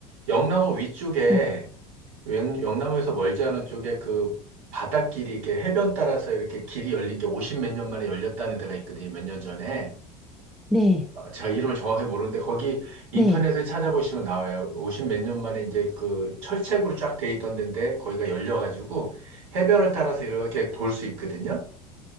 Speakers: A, on the right; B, in the centre.
A: 영랑호 위쪽에
B: 음.
A: 영- 영남에서 멀지 않은 쪽에 그 바닷길이 이렇게 해변 따라서 이렇게 길이 열린 게 50 몇 년 만에 열렸다는 데가 있거든요. 몇 년 전에.
B: 네.
A: 어, 제가 이름을 정확하게 모르는데 거기 인터넷에
B: 네.
A: 찾아보시면 나와요. 50 몇 년 만에 이제 그 철책으로 쫙 돼 있던 데인데 거기가 열려가지고 해변을 따라서 이렇게 돌 수 있거든요.